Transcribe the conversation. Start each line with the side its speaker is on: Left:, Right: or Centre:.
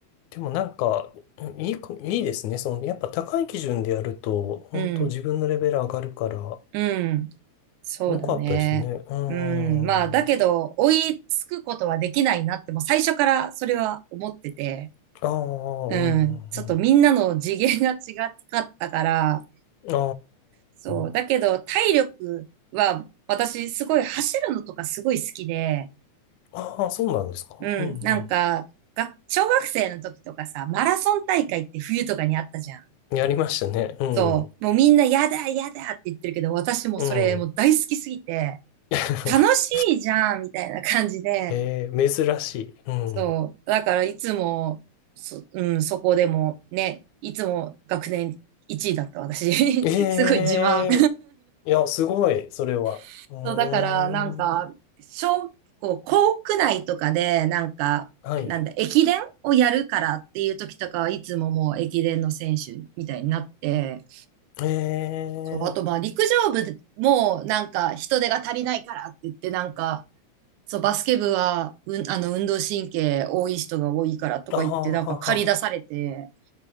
Left: でもなんか、いいこ、いいですね。その、やっぱ高い基準でやると、本当自分のレベル上がるから、
Right: うん、
Left: よ
Right: うん。そうだね。
Left: かったですね。うーん。
Right: うん、まあ、だけど、
Left: あ
Right: 追いつくことはできないなって、もう最初からそれは思ってて、
Left: あ、うん、
Right: うん。ちょっとみんなの次元が違かったから、
Left: うんうん。
Right: そう。
Left: あ
Right: だけど、体力は、私、すごい走るのとかすごい好きで、
Left: あ、ああ、そうなんですか。
Right: うん。
Left: うん
Right: なんか、が、小学生の時とかさ、マラソン大会って冬とかにあったじゃん。
Left: うん。やりましたね。うん、
Right: そう。もうみんな、やだ、やだって言ってるけど、私もそれもう大好きすぎて、
Left: うん。<laughs>
Right: 楽しいじゃん、みたいな感じで、
Left: えー珍しい。うん。
Right: そう。だからいつも、そ、うん、そこでもね、いつも学年1位だった私。
Left: ええ
Right: <laughs> すごい自慢。
Left: いや、すごい、それは。
Right: <laughs>
Left: うーん。
Right: そう、だからなんか、小、こう、校区内とかで、なんか、
Left: はい。
Right: なんだ、駅伝をやるからっていう時とかはいつももう駅伝の選手みたいになって、
Left: ええ
Right: そう、あとまあ陸上部もなんか人手が足りないからって言ってなんかそう、バスケ部は、うん、あの、運動神経多い人が多いからとか言って、
Left: ああ、
Right: なんか駆り出されて、
Left: はは。